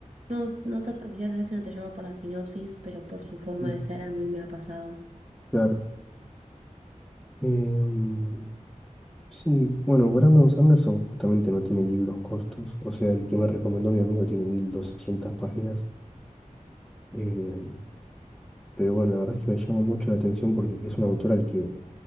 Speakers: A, on the right (about 70°); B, in the centre.
A: No, no tanto quizás a veces no te llama por la sinopsis, pero por su forma
B: Mm,
A: de ser a mí me ha pasado.
B: Claro. Em, sí, bueno, Brandon Sanderson justamente no tiene libros cortos, o sea, el que me recomendó mi amigo tiene mil doscientas páginas, Em, pero bueno, la verdad es que me llama mucho la atención porque es un autor al que